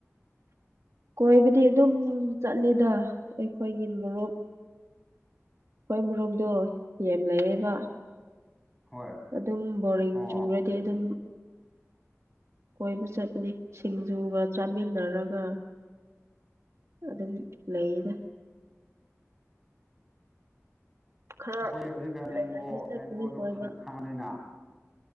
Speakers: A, on the right (about 65°); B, in the centre.
A: ꯀꯣꯏꯕꯗꯤ ꯑꯗꯨꯝ ꯆꯠꯂꯤꯗ ꯑꯩꯈꯣꯏꯒꯤ ꯃꯔꯨꯞ ꯈꯣꯏ ꯃꯨꯔꯨꯞꯗꯣ ꯌꯦꯝ ꯂꯩꯌꯦꯕ
B: ꯍꯣꯏ
A: ꯑꯗꯨꯝ ꯕꯣꯔꯤꯡ
B: ꯑꯣ
A: ꯆꯨꯝꯨꯔꯗꯤ ꯑꯗꯨꯝ ꯀꯣꯏꯕ ꯆꯠꯄꯅꯤ ꯁꯤꯡꯖꯨꯒ ꯆꯥꯃꯤꯟꯅꯔꯒ ꯑꯗꯨꯝ ꯂꯩꯌꯦꯗ ꯈꯔ
B: ꯑꯈꯣꯏ ꯍꯧꯖꯤꯛꯀ
A: ꯂꯩꯔꯗꯤ
B: ꯑꯦꯡꯒꯣ
A: ꯆꯠꯀꯅꯤ
B: ꯃꯦꯡꯒꯣꯗꯨ
A: ꯀꯣꯏꯕ
B: ꯈꯪ ꯍꯪꯕꯅꯤꯅ